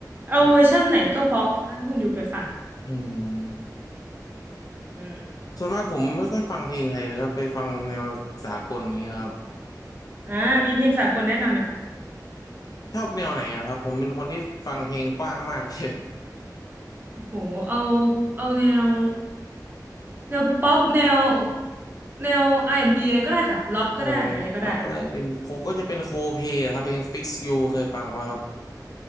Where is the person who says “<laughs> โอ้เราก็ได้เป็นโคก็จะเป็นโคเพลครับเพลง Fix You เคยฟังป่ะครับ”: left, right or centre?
Left